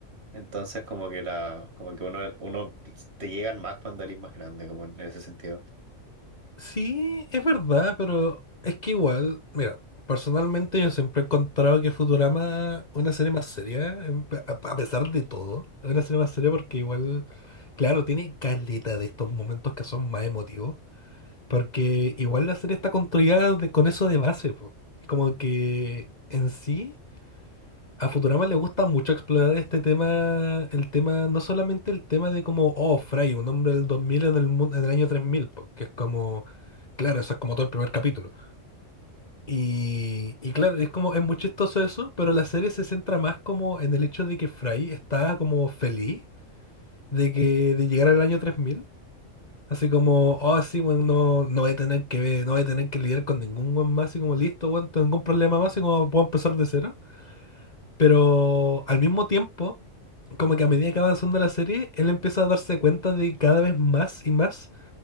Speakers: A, on the right; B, on the left.
A: Entonces como que la, como que uno, uno te llegan más cuando eres más grande, como en ese sentido.
B: Sí, es verdad, pero es que igual, mira, personalmente yo siempre he encontrado que Futurama es una serie más seria, en pe- a a pesar de todo, es una serie más seria porque igual, claro, tiene caleta de estos momentos que son más emotivos, porque igual la serie está construida de- con eso de base, po. Como que en sí... A Futurama le gusta mucho explorar este tema, el tema, no solamente el tema de como, oh, Fry, un hombre del 2000 en el, mun- en el año 3000, porque es como, claro, eso es como todo el primer capítulo. Y, y claro, es como, es muy chistoso eso, pero la serie se centra más como en el hecho de que Fry está como feliz de que, de llegar al año tres mil, Así como, oh, sí, bueno, no, no voy a tener que ver- no voy a tener que lidiar con ningún buen más, así como, listo, bueno, ningún problema más, así como puedo empezar de cero. Pero al mismo tiempo como que a medida que va avanzando la serie, él empieza a darse cuenta de cada vez más y más